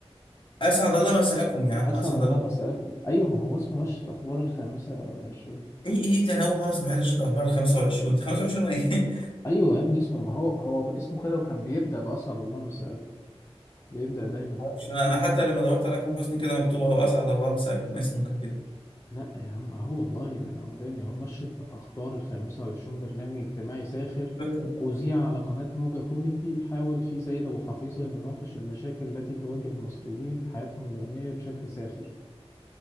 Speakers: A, on the left; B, on the left.
A: اسعد الله مساءكم يا عم
B: اسعد
A: اسعد
B: الله
A: الله
B: مساءكم ايوه ما هو اسمه نشرة اخبار الخامسه والعشرون
A: ايه ايه ده انا اول مره اسمع رشة اخبار ال 25 دي 25 وايه؟ <laughs>
B: ايوه يا ابني اسمه ما هو هو اسمه كده وكان بيبدا باسعد الله مساءكم بيبدا دايما
A: معرفش انا أنا حتى لما دورت على اكرم حسني كده مكتوب اهو اسعد الله مساكم اسمك كده
B: لا يا عم اهو والله انا قدامي اهو نشرة اخبار الخامسة والعشرون برنامج اجتماعي ساخر
A: فاكر بقى.
B: اذيع على قناة موجة كوميدي حاول فيه سيد ابو حفيظة أن يناقش المشاكل التي تواجه المصريين في حياتهم اليومية بشكل ساخر